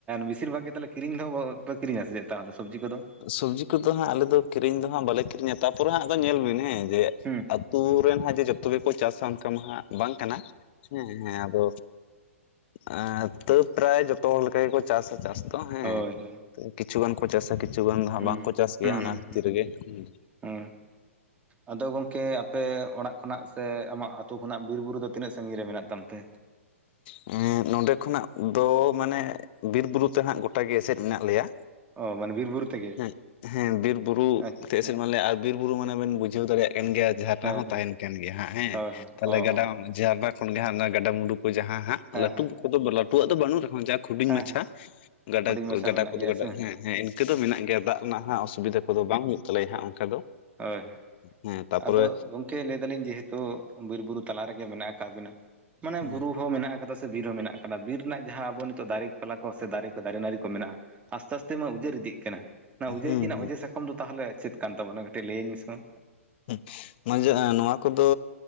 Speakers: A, on the right; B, on the left.
A: ᱵᱮᱥᱤᱨ ᱵᱷᱟᱜᱽ ᱜᱮ ᱛᱟᱦᱚᱞᱮ ᱠᱤᱨᱤᱧ ᱫᱚ, ᱯᱮ ᱠᱤᱨᱤᱧᱟ ᱥᱮ ᱪᱮᱫ ᱛᱟᱦᱚᱞᱮ ᱥᱚᱵᱽᱡᱤ ᱠᱚᱫᱚ?
B: ᱥᱚᱵᱽᱡᱤ ᱠᱚᱫᱚ ᱦᱟᱸᱜ ᱟᱞᱮ ᱫᱚ ᱠᱤᱨᱤᱧ ᱫᱚ ᱦᱟᱸᱜ ᱵᱟᱞᱮ ᱠᱤᱨᱤᱧᱟ, ᱛᱟᱨᱯᱚᱨᱮ ᱦᱟᱸᱜ ᱟᱫᱚ ᱧᱮᱞ ᱵᱤᱱ ᱦᱮᱸ ᱡᱮ,
A: ᱦᱩᱸ
B: ᱟᱛᱩ ᱨᱮᱱ ᱦᱟᱸᱜ ᱡᱮ ᱡᱚᱛᱚ ᱜᱮᱠᱚ ᱪᱟᱥᱟ, ᱚᱱᱠᱟ ᱢᱟ ᱦᱟᱸᱜ ᱵᱟᱝ ᱠᱟᱱᱟ, ᱦᱮᱸ ᱦᱮᱸ ᱟᱫᱚ᱾ ᱮ ᱛᱟᱹᱣ ᱯᱨᱟᱭ ᱡᱚᱛᱚ ᱦᱚᱲ ᱞᱮᱠᱟ ᱜᱮᱠᱚ, ᱪᱟᱥᱟ ᱪᱟᱥ ᱫᱚ ᱦᱮᱸ᱾
A: ᱦᱳᱭ ᱦᱳᱭ
B: ᱠᱤᱪᱷᱩ ᱜᱟᱱ ᱠᱚ ᱪᱟᱥᱟ ᱠᱤᱪᱷᱩ ᱜᱟᱱ ᱫᱚ ᱦᱟᱸᱜ
A: ᱦᱩᱸ
B: ᱵᱟᱝᱠᱚ ᱪᱟᱥ ᱜᱮᱭᱟ,
A: ᱦᱩᱸ
B: ᱚᱱᱟ
A: ᱦᱩᱸ
B: ᱠᱷᱟᱹᱛᱤᱨ
A: ᱦᱩᱸ
B: ᱨᱮᱜᱮ ᱦᱮᱸ᱾
A: ᱦᱩᱸ ᱟᱫᱚ ᱜᱚᱝᱠᱮ ᱟᱯᱮ ᱚᱲᱟᱜ ᱠᱷᱚᱱᱟᱜ ᱥᱮ, ᱟᱢᱟᱜ ᱟᱛᱳ ᱠᱷᱚᱱᱟᱜ ᱵᱤᱨ ᱵᱩᱨᱩ ᱫᱚ, ᱛᱤᱱᱟᱹᱜ ᱥᱟᱹᱜᱤᱧ ᱨᱮ ᱢᱮᱱᱟᱜ ᱛᱟᱢ ᱛᱮ?
B: ᱮᱸ ᱱᱚᱸᱰᱮ ᱠᱷᱚᱱᱟᱜ ᱫᱚ, ᱢᱟᱱᱮ ᱵᱤᱨ ᱵᱩᱨᱩ ᱛᱮ ᱦᱟᱸᱜ ᱜᱚᱴᱟ ᱜᱮ ᱮᱥᱮᱫ ᱢᱮᱱᱟᱜ ᱞᱮᱭᱟ᱾
A: ᱚ ᱢᱟᱱᱮ ᱵᱤᱨ ᱵᱩᱨᱩ ᱛᱮᱜᱮ
B: ᱦᱮᱸ, ᱦᱮᱸ ᱵᱤᱨ ᱵᱩᱨᱩ
A: ᱟᱪᱪᱷᱟ ᱟᱪᱪᱷᱟ
B: ᱛᱮ, ᱮᱥᱮᱫ ᱢᱮ ᱞᱮᱭᱟ ᱟᱨ ᱵᱤᱨ ᱵᱩᱨᱩ ᱢᱟᱱᱮ ᱵᱮᱱ ᱵᱩᱡᱷᱟᱹᱣ ᱫᱟᱲᱮᱭᱟᱜ ᱠᱟᱱ ᱜᱮᱭᱟ, ᱡᱷᱟᱨᱱᱟ
A: ᱦᱮᱸ
B: ᱦᱚᱸ
A: ᱦᱮᱸ
B: ᱛᱟᱦᱮᱸᱱ ᱠᱟᱱ ᱜᱮᱭᱟ ᱦᱟᱸᱜ ᱦᱮᱸ
A: ᱦᱳᱭ ᱦᱳᱭ
B: ᱛᱟᱦᱚᱞᱮ
A: ᱚ
B: ᱜᱟᱰᱟ
A: ᱚ
B: ᱡᱷᱟᱨᱱᱟ ᱠᱷᱚᱱ ᱜᱮ ᱦᱟᱸᱜ ᱚᱱᱟ ᱜᱟᱰᱟ-ᱢᱩᱰᱩ ᱠᱚ, ᱡᱟᱦᱟᱸ ᱦᱟᱸᱜ
A: ᱦᱮᱸ
B: ᱞᱟᱹᱴᱩ
A: ᱦᱮᱸ
B: ᱠᱚᱫᱚ ᱞᱟᱹᱴᱩᱣᱟᱜ ᱫᱚ ᱵᱟᱹᱱᱩᱜ ᱨᱮᱦᱚᱸ ᱡᱟᱠ ᱦᱩᱰᱤᱧ
A: ᱦᱮᱸ
B: ᱢᱟᱪᱷᱟ
A: ᱦᱮᱸ
B: ᱜᱟᱰᱟ,
A: ᱦᱩᱰᱤᱧ ᱢᱟᱪᱷᱟ
B: ᱜᱟᱰᱟ
A: ᱢᱮᱱᱟᱜ
B: ᱠᱚᱫᱚ
A: ᱜᱮᱭᱟ
B: ᱜᱟᱰᱟ
A: ᱥᱮ
B: ᱦᱮᱸ, ᱦᱮᱸ ᱤᱱᱠᱟᱹ ᱫᱚ ᱢᱮᱱᱟᱜ ᱜᱮᱭᱟ ᱾ᱫᱟᱜ ᱩᱱᱟᱹᱜ ᱦᱟᱸᱜ ᱚᱥᱩᱵᱤᱫᱟ ᱠᱚᱫᱚ ᱵᱟᱝ ᱦᱩᱭᱩᱜ ᱛᱟᱞᱮᱭᱟ, ᱦᱟᱸᱜ ᱚᱱᱠᱟ ᱫᱚ᱾
A: ᱦᱳᱭ, ᱦᱳᱭ
B: ᱦᱮᱸ ᱛᱟᱯᱚᱨᱮ
A: ᱟᱫᱚ ᱜᱚᱝ ᱠᱮ ᱞᱟᱹᱭ ᱫᱟᱞᱤᱧ ᱡᱮᱦᱮᱛᱩ, ᱵᱤᱨ ᱵᱩᱨᱩ ᱛᱟᱞᱟ ᱨᱮᱜᱮ ᱢᱮᱱᱟᱜ ᱟᱠᱟᱫ ᱵᱤᱱᱟ, ᱢᱟᱱᱮ
B: ᱦᱮᱸ
A: ᱵᱩᱨᱩ ᱠᱚ ᱢᱮᱱᱟᱜ ᱠᱟᱫᱟ ᱥᱮ, ᱵᱤᱨ ᱦᱚᱸ ᱢᱮᱱᱟᱜ ᱟᱠᱟᱫᱟ, ᱵᱤᱨ ᱨᱮᱱᱟᱜ ᱡᱟᱦᱟᱸ ᱟᱵᱚ ᱱᱤᱛᱚᱜ ᱫᱟᱨᱮ ᱯᱟᱞᱦᱟ ᱠᱚ ᱥᱮ ᱫᱟᱨᱮ ᱠᱚ ᱫᱟᱨᱮ ᱱᱟᱲᱤ ᱠᱚ ᱢᱮᱱᱟᱜ-ᱟ᱾ ᱟᱥᱛᱮ ᱟᱥᱛᱮ ᱢᱟ ᱩᱡᱟᱹᱨ ᱤᱫᱤᱜ ᱠᱟᱱᱟ, ᱚᱱᱟ ᱩᱡᱟᱹᱨ
B: ᱦᱮᱸ
A: ᱤᱫᱤ ᱨᱮᱱᱟᱜ ᱚᱡᱮ ᱥᱟᱠᱟᱢ ᱫᱚ ᱛᱟᱦᱚᱞᱮ ᱪᱮᱫ ᱠᱟᱱ ᱛᱟᱵᱚᱱᱟ᱾ ᱠᱟᱹᱴᱤᱡ ᱞᱟᱹᱭᱟᱹᱧ ᱢᱮᱥᱮ ᱢᱟ?
B: ᱮᱜ ᱱᱚᱜ ᱡᱮ ᱱᱚᱣᱟ ᱠᱚᱫᱚ